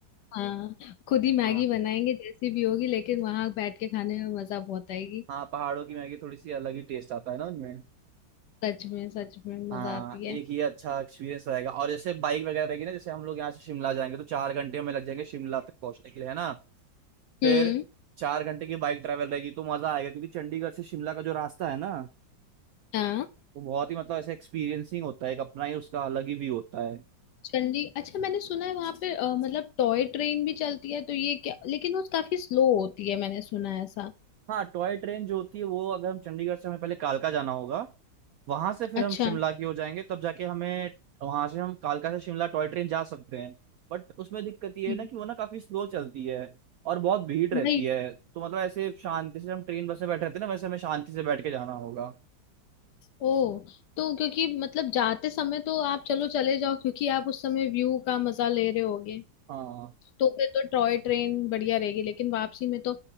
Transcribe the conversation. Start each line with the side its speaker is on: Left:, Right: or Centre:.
Left: हाँ खुद ही मैगी
Right: हाँ
Left: बनाएंगे जैसी भी होगी लेकिन वहां बैठ के खाने में मजा बहुत आएगी
Right: हाँ पहाड़ों की मैगी थोड़ी सी अलग ही टेस्ट आता है ना उनमें
Left: सच में सच में मजा
Right: हाँ
Left: आती है
Right: एक ये अच्छा एक्सपीरियंस रहेगा और जैसे बाइक वगैरह रहेगी ना जैसे हम लोग यहाँ से शिमला जाएंगे तो चार घंटे में लग जाएंगे शिमला तक पहुंचने के लिए है ना फिर
Left: हम्म
Right: चार घंटे की बाइक ट्रैवल रहेगी तो मजा आएगा क्योंकि चंडीगढ़ से शिमला का जो रास्ता है ना
Left: हाँ
Right: वो बहुत ही मतलब ऐसे एक्सपीरियंसिंग होता है एक अपना ही उसका अलग ही व्यू होता है
Left: चंडी अच्छा मैंने सुना है वहां पे अ, मतलब टॉय ट्रेन भी चलती है तो ये क्या लेकिन वो काफी स्लो होती है मैंने सुना है ऐसा
Right: हाँ टॉय ट्रेन जो होती है वो अगर हम चंडीगढ़ से हमें पहले कालका जाना होगा वहां से फिर
Left: अच्छा
Right: हम शिमला की हो जाएंगे तब जाके हमें वहां से हम कालका से शिमला टॉय ट्रेन जा सकते हैं बट उसमें दिक्कत ये
Left: हम्म,
Right: है ना कि वो ना काफी स्लो चलती है और बहुत भीड़
Left: वही
Right: रहती है तो मतलब ऐसे शांति से हम ट्रेन बस में बैठे रहते हैं ना वैसे हमें शांति से बैठ के जाना होगा
Left: ओ तो क्योंकि मतलब जाते समय तो आप चलो चले जाओ क्योंकि आप उस समय व्यू का मजा ले रहे होगे
Right: हाँ
Left: तो फिर तो टॉय ट्रेन बढ़िया रहेगी लेकिन वापसी में तो